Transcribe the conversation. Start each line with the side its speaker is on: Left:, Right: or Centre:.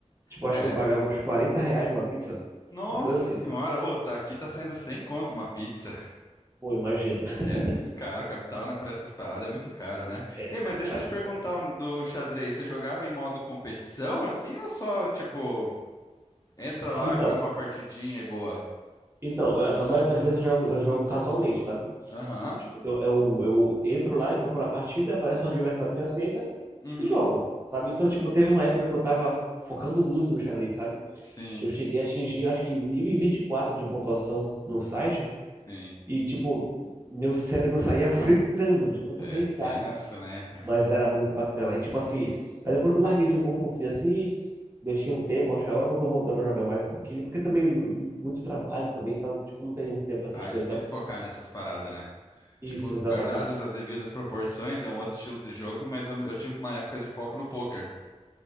Right: Tipo,
Left: é.
Right: acho que eu pagava uns 40 reais numa pizza.
Left: Nossa
Right: Uma coisa assim.
Left: senhora, ô, tá aqui tá saindo 100 conto uma pizza.
Right: Pô, imagino. <laughs>
Left: É muito caro, capital, né, pra essas paradas é muito caro, né?
Right: É,
Left: Ei, mas
Right: capital
Left: deixa eu
Right: é
Left: te
Right: muito
Left: perguntar
Right: caro.
Left: um do xadrez, você jogava em modo competição, assim, ou só, tipo, entra
Right: Sim,
Left: lá,
Right: então.
Left: joga uma partidinha e boa?
Right: Então, eh, na maioria das vezes eu jogo, eu jogo casualmente, sabe?
Left: Aham.
Right: Tipo, eu, eu, eu entro lá e procuro a partida, aparece um adversário que aceita
Left: Uhum.
Right: e jogo, sabe? Então, tipo, teve uma época que eu tava focando muito no xadrez, sabe?
Left: Sim,
Right: Eu cheguei a atingir, acho que 1024 de pontuação no site.
Left: sim.
Right: E, tipo, meu cérebro saía fritando de tanto
Left: É
Right: pensar,
Left: tenso,
Right: cara.
Left: né, cara?
Right: Mas era muito bacana. E, tipo assim, aí depois eu larguei de mão um pouquinho assim. Deixei um tempo, acho que agora que eu tô voltando a jogar mais um pouquinho. Porque também, mu- muito trabalho também, então, tipo, não tem muito tempo pra essas
Left: Ah,
Right: coisas,
Left: é difícil
Right: sabe?
Left: focar nessas paradas, né?
Right: Isso,
Left: Tipo, guardadas
Right: exatamente.
Left: as devidas proporções, é um outro estilo de jogo, mas eu, eu tive uma época de foco no poker.